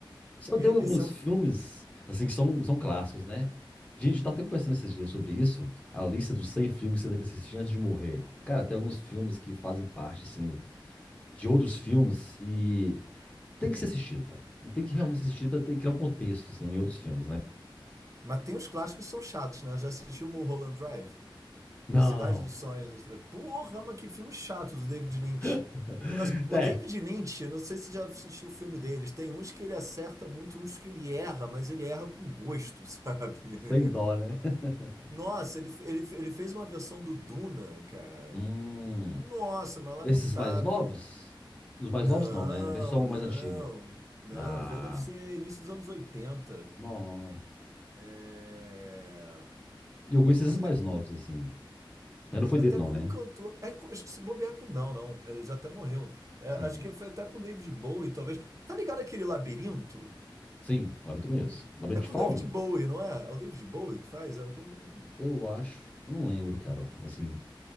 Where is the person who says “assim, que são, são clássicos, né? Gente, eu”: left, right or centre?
Left